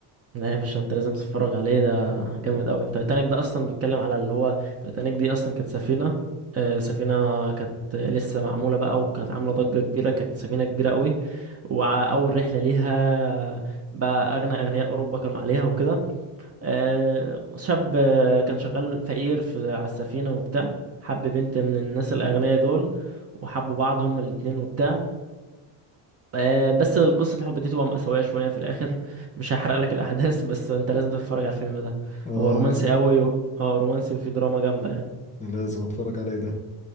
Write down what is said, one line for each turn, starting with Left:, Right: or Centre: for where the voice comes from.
Right: لا يا باشا انت لازم تتفرج عليه ده جامد قوي تايتانيك ده اصلا بيتكلم على اللي هو تايتانيك دي اصلا كانت سفينه آه، سفينه كانت لسه معموله بقى وكانت عامله ضجه كبيره كانت سفينه كبيره قوي واول رحله ليها بقى اغنى اغنياء اوروبا كانوا عليها وكده آه، شاب آه، كان شغال فقير في على السفينة وبتاع حب بنت من الناس الأغنياء دول وحبوا بعض هما الاتنين وبتاع آه، بس قصة الحب دي تبقى مأساوية شوية في الآخر مش هحرق لك الأحداث بس أنت لازم تتفرج على الفيلم ده
Left: اه
Right: هو رومانسي
Left: لا
Right: قوي و... اه رومانسي وفيه دراما جامدة يعني
Left: لازم اتفرج عليه ده